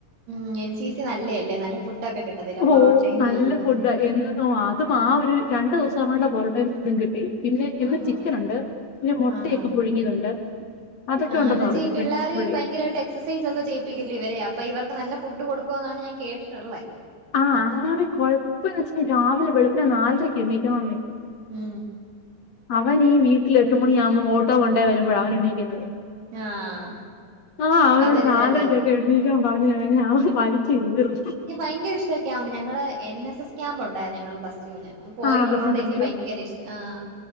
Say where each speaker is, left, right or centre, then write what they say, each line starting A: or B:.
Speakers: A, on the right; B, on the left.
A: ഉം എൻ സി സി നല്ല എല്ലേ നല്ല ഫുഡൊക്കെ കിട്ടത്തില്ലെ
B: ഓ
A: പൊറോട്ടയും
B: നല്ല
A: ബീഫും
B: ഫുഡ് <unintelligible> അതും ആഹ് ഒര് രണ്ട് ദിവസം കൊണ്ട് പൊറോട്ടയും ഇതും കിട്ടി പിന്നെ ഇന്ന്
A: ആണോ
B: ചിക്കനുണ്ട് പിന്നെ മാെട്ടയെക്കെ
A: ആഹ്
B: പുഴുങ്ങിയതുണ്ട് അതൊക്കെ
A: ആഹ്
B: ഉണ്ടെന്ന്
A: എന്നച്ചാ
B: പറഞ്ഞു
A: ഈ പിള്ളേര്
B: ഇവൻ പുള്ളി
A: ഭയങ്കരായിട്ട് എക്സസൈസ് ഒക്കെ ചെയ്യിപ്പിക്കില്ലെ ഇവരെ അപ്പൊ ഇവർക്ക് നല്ല ഫുഡ് കൊടുക്കുവെന്നാണ് ഞാൻ കേട്ടിട്ട്ള്ളെ
B: ആഹ് അങ്ങനെ കൊഴപ്പം എന്നച്ചാ രാവിലെ വെളുപ്പിന് നാലരക്ക് എണീക്കണോംന്നെ
A: ഉം
B: അവൻ ഈ വീട്ടിൽ എട്ട് മണിയാവുമ്പം ഓട്ടോ കൊണ്ടേ വരുമ്പഴാ അവൻ എണീക്ക്ന്നത്
A: ആഹ്
B: ആഹ് അവനോട്
A: അതൊരിതല്ലേ
B: നാലരക്ക്
A: എനിക്ക്
B: എഴ്ന്നേക്കാൻ പർഞ്ഞ് കഴിഞ്ഞ അവൻ വലിച്ച് കീറും
A: ഇക്ക് ഭയങ്കര ഇഷ്ട്ടാ ക്യാമ്പ് ഞങ്ങള് എൻ എസ് എസ് ക്യാമ്പ് ഉണ്ടായിന്നു ഞങ്ങൾ പ്ലസ്ടുവിന് അം പോയിട്ടുള്ളോണ്ട്
B: ആ പ്ലസ് വൺ, പ്ലസ്
A: എനിക്ക്
B: ടു.
A: ഭയങ്കര ഇഷ്ട്ട ആഹ്